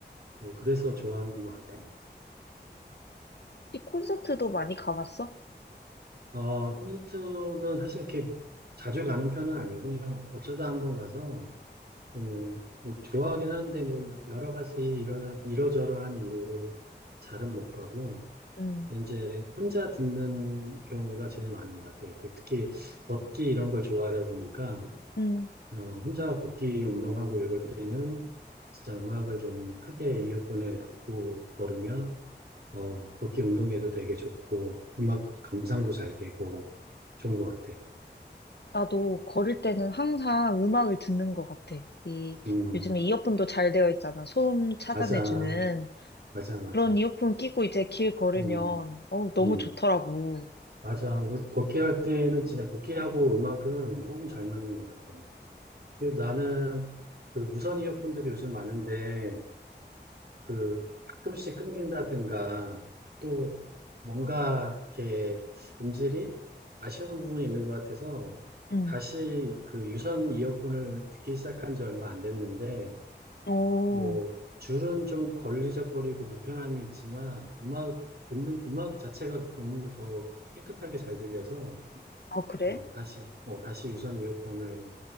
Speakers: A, on the right; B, on the left.
A: 뭐 그래서 좋아하는 것 같아.
B: 이 콘서트도 많이 가봤어?
A: 어, 콘서트는 사실 이렇게 자주 가는 편은 아니고 그냥 어쩌다 한번 가서 음, 뭐 좋아하긴 하는데 뭐 여- 여러 가지 이러, 이러저러한 이유로 잘은 못 가고.
B: 음,
A: 이제 혼자 듣는 경우가 제일 많은 것 같아요. 그 특히 걷기 이런 걸 좋아하다 보니까
B: 음.
A: 어, 혼자 걷기 운동하고 이럴 때는 진짜 음악을 좀 크게 이어폰에 듣고 걸으면 어, 걷기 운동에도 되게 좋고 음악 감상도 잘 되고 좋은 것 같아.
B: 나도 걸을 때는 항상 음악을 듣는 것 같아. 이,
A: 음,
B: 요즘에 이어폰도 잘 되어 있잖아. 소음 찾아내주는.
A: 맞아, 맞아, 맞아.
B: 그런 이어폰 끼고 이제 길 걸으면,
A: 음,
B: 어 너무
A: 음,
B: 좋더라고.
A: 맞아. 그래서 걷기 할 때는 진짜 걷기하고 음악은 너무 잘 맞는 것 같아. 그 나는 그 무선 이어폰들이 요즘 많은데 그 가끔씩 끊긴다든가 또 뭔가 이렇게 음질이 아쉬운 부분이 있는 것 같아서
B: 음.
A: 다시 그 유선 이어폰을 듣기 시작한 지 얼마 안 됐는데
B: 오
A: 뭐 어, 줄은 좀 걸리적거리고 불편함이 있지만 음악 듣는 음악 자체가 너무 더 깨끗하게 잘 들려서
B: 아, 그래?
A: 어, 다시 어, 다시 유선 이어폰을